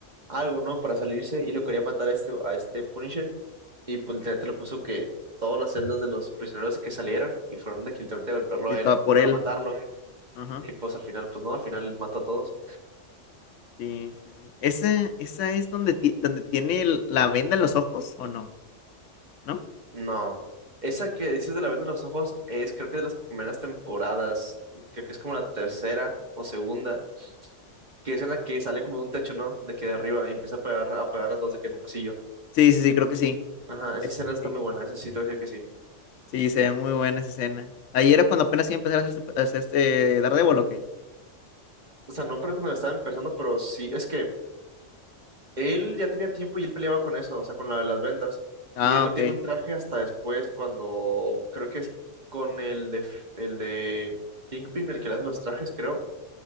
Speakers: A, on the right; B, on the left.
A: algo, ¿no? Para salirse y lo quería matar a este, a este Punisher y pues literalmente le puso que todas las celdas de los prisioneros que salieran y fueron de que literalmente a golpearlo
B: sí,
A: a
B: estaba
A: él
B: por
A: para
B: él.
A: matarlo
B: Ajá.
A: y pues al final, pues no, al final mató a todos.
B: Sí, sí, sí. ¿Esa, esa es donde, ti- donde tiene el- la venda en los ojos o no? ¿No?
A: No. Esa que dices de la venda en los ojos es creo que es de las primeras temporadas, creo que es como la tercera o segunda, que es en la que sale como de un techo, ¿no? De que de arriba y empieza a pegar a, pegar a todos de que en un pasillo.
B: Sí, sí, sí, creo que sí.
A: Ajá, esa
B: Este,
A: escena está
B: sí.
A: muy buena, esa sí te voy a decir que sí.
B: Sí, se ve muy buena esa escena. Ahí era cuando apenas iba a empezar a hacer, su- a hacer este Daredevil, ¿o qué?
A: O sea, no para cuando la estaba empezando, pero sí, es que Él ya tenía tiempo y él peleaba con eso, o sea, con la de las vendas.
B: Ah,
A: Y él no
B: ok.
A: tiene un traje hasta después, cuando creo que es con el de, el de Kingpin, el que le hace los trajes, creo.